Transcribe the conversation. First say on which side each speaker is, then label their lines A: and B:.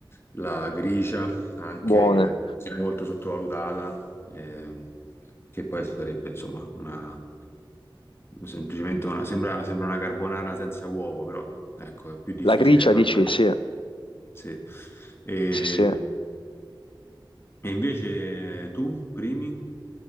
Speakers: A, on the left; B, on the left.
A: la gricia, anche
B: buone.
A: che è molto sottovalutata, eh, che poi sarebbe, insomma, una, semplicemente una, sembra, sembra una carbonara senza uovo, però, ecco, è più difficile
B: La gricia
A: farla,
B: dici, sì,
A: sì. E,
B: sì, sì.
A: e invece tu, primi?